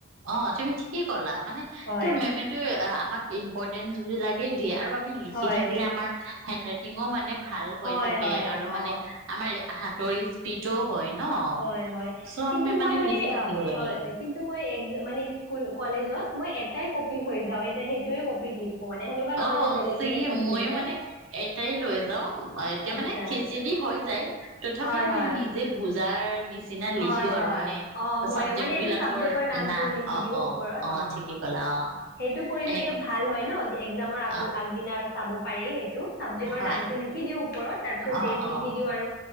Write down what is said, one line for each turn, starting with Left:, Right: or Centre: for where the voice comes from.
Right: অ তুমি ঠিকেই কলা, মানে
Left: হয়
Right: ত মেমে টো আমাক ইম্পৰ্টেন্ঞ্চ বিলাকে দিয়ে আৰু, আমি লিখি
Left: হয়
Right: থাকিলে আমাৰ হেণ্ড ৰাইটিঙও মানে ভাল হৈ
Left: হয়
Right: থাকে,
Left: হয়
Right: আৰু
Left: অ
Right: মানে আমাৰ হাতৰ স্পীডো। হয় ন
Left: হয় হয়
Right: চনমে
Left: কিন্তু
Right: মানে
Left: মই
Right: লিখি থাকিব লাগে।
Left: হয় কিন্তু মই এক মানে স্কুল কলেজত মই এক এটাই কপি লে যাও এতিয়া সেইয়ে কপিত লিখো মানে সেনেকুৱা নহয়
Right: অ
Left: যে বেলেগ
Right: চি
Left: বেলেগ কপি
Right: মইয়ো
Left: আছে
Right: মানে এটাই লৈ যাও এতিয়া
Left: আচ্ছা
Right: মানে খিচিৰি হৈ যায় তথাপিও
Left: হয়
Right: মই
Left: হয়
Right: নিজে বুজ যাৰ নিশ্চ নিচিনা
Left: হয়
Right: লিখো
Left: হয়
Right: আৰু মানে
Left: অ মই
Right: চাবজেক্ট
Left: মানে এইটো
Right: বিলাকৰ
Left: চাবজেক্টৰ নামটো
Right: নাম
Left: লিখি
Right: অ
Left: দিওঁ
Right: অ
Left: ওপৰত
Right: অ ঠিকেই কলা অ
Left: সেইটো কৰিলে
Right: এনে
Left: এতিয়া ভাল হয় ন একজামৰ আগ
Right: অ',
Left: আগদিনা আৰু চাব পাৰি সেইটো টো চাবজেক্ট
Right: হয়
Left: নামটো লিখি দিও ওপৰত তাৰ পিছত
Right: অ',
Left: ডেট
Right: অ'।
Left: লিখি দিও আৰু